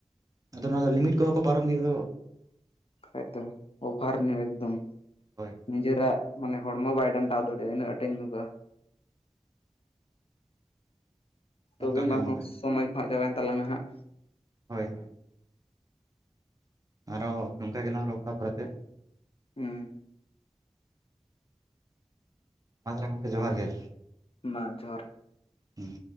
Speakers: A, on the right; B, on the left.
A: ᱟᱫᱚ ᱱᱚᱣᱟ ᱫᱚ ᱞᱤᱢᱤᱴ ᱠᱚᱦᱚᱸ ᱠᱚ ᱯᱟᱨᱚᱢ ᱤᱫᱤᱭᱮᱜ ᱫᱚ᱾
B: ᱮᱠᱫᱚᱢ ᱚᱵᱷᱟᱨ ᱧᱩ ᱮᱠᱫᱚᱢ,
A: ᱦᱳᱭ
B: ᱱᱤᱡᱮᱨᱟᱜ ᱢᱟᱱᱮ ᱦᱚᱲᱢᱚ ᱵᱟᱭ ᱰᱟᱱᱴᱟᱣ ᱫᱟᱲᱮᱭᱟᱜᱼᱟ ᱤᱱᱟᱹᱜ ᱟᱸᱴ ᱮ ᱧᱩ ᱠᱟᱜᱼᱟ᱾ ᱛᱚᱵᱮ
A: ᱚᱱᱠᱟ ᱜᱮ
B: ᱢᱟ
A: ᱜᱚᱝᱠᱮ
B: ᱥᱚᱢᱚᱭ ᱠᱚ ᱦᱟᱸᱜ ᱪᱟᱵᱟᱭᱮᱱ ᱛᱟᱞᱟᱝᱟ ᱦᱟᱸᱜ᱾
A: ᱦᱳᱭ ᱟᱨᱚ ᱱᱚᱝᱠᱟ ᱜᱮᱞᱟᱝ ᱨᱚᱯᱚᱲᱟ ᱯᱚᱨᱮᱛᱮ᱾
B: ᱦᱩᱸ
A: ᱢᱟ ᱛᱟᱦᱚᱞᱮ ᱜᱚᱢᱠᱮ ᱡᱚᱦᱟᱨ ᱜᱮ᱾
B: ᱢᱟ ᱡᱚᱦᱟᱨ᱾
A: ᱦᱩᱸ